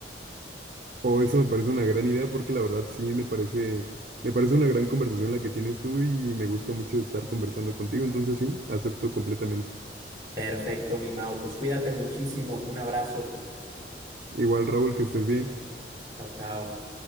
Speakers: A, on the right; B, on the right.
A: O eso me parece una gran idea porque la verdad sí me parece, me parece una gran conversación la que tienes tú y me gusta mucho estar conversando contigo, entonces sí, acepto completamente.
B: Perfecto, mi Mau. Pues cuídate muchísimo. Un abrazo.
A: Igual, Raúl, que estés bien.
B: Chao, chao.